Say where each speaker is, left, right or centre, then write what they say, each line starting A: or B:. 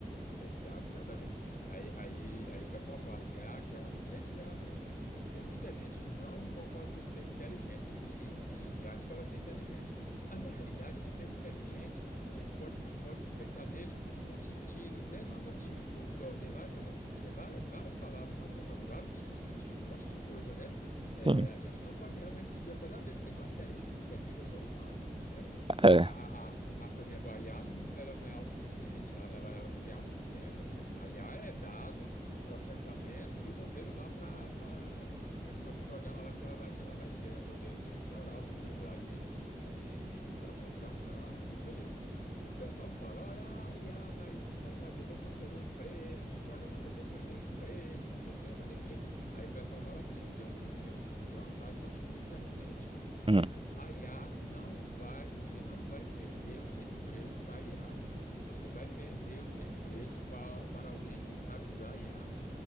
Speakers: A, on the left; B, on the right.
A: É, exato, exatamente. Aí, aí, aí o pessoal fala que, ah, que é uma grande ferramenta. Tem muita gente que não concorda com esse termo inteligente, diz que, que I a nunca vai ser inteligente. Mas, na realidade, esse termo inteligente, a gente pode, pode pensar nele com sentido denotativo. Por, tem várias, por exemplo, tem várias, várias palavras no nosso vocabulário que significam um monte de coisa, né? É,
B: Sim.
A: a gente não pode realmente seguir ao pé da letra, porque não é inteligente. Inteligente é o ser humano, né?
B: É,
A: A, a, a, a, a- por exemplo, a IA não, ela não é autoconsciente, ela, ela, ela não tem autoconsciência. A IA é dado, processamento e o modelo lá para para que você programa lá que ela vai, que ela vai ser, né? Um modelo de rede neural, um modelo lá de, de, de clusterização, tudo beleza. O pessoal fala, olha, a IA vai, vai fazer todo mundo perder emprego, os programadores vão perder o emprego, não sei o que vai perder emprego. Aí o pessoal fala assim, tem um, tem um, tem uma frase que eu acho muito pertinente.
B: hum,
A: A IA não vai, você não vai perder o seu emprego para a IA. Você vai perder o seu emprego pa- para alguém que sabe usar a IA.